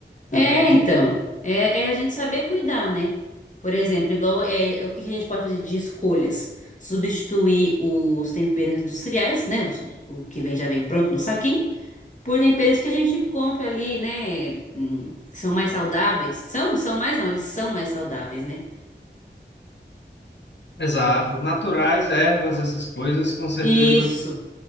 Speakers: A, on the left; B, on the left.
A: É,
B: Você tem
A: então,
B: que
A: é, é a gente saber cuidar, né? Por exemplo, igual é, é, o que que a gente pode fazer de escolhas? Substituir os temperos industriais, né? Os- O, que vem já vem pronto no saquinho, por temperos que a gente compra ali, né? hum, Que são mais saudáveis. São, são mais não, eles são mais saudáveis, né?
B: Exato. Naturais, ervas, essas coisas, com certeza
A: Isso,